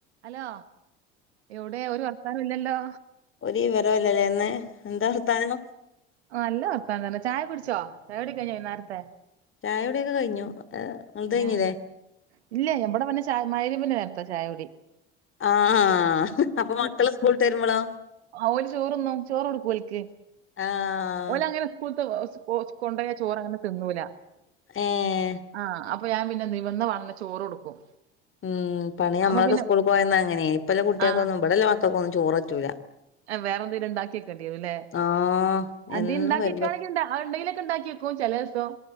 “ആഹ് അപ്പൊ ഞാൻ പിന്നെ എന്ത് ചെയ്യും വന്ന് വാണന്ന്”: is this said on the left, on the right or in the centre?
Right